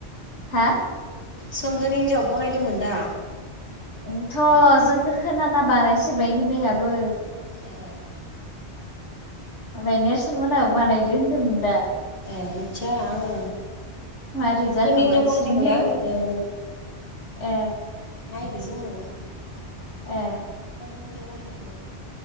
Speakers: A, on the left (about 85°); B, on the left (about 55°).
A: हा?
B: सोमदोननि हिनजावा बनायदोंमोन दा?
A: ओंथ' जोंखौ खोनाना बानायसोबायनो बेहाबो।
B: ए
A: ओमफ्राय नेरसोन मोनाबो बानायदो होन्दोंमोन दा।
B: आं मिथिया आङो।
A: मारै जाखोबा
B: नि हिन्जाव
A: इसोरनिया
B: गलायनायखौ आंबो नुदो।
A: ए
B: नायदो जोङो।
A: ए
B: आं हिनजाव बानायनायखौ।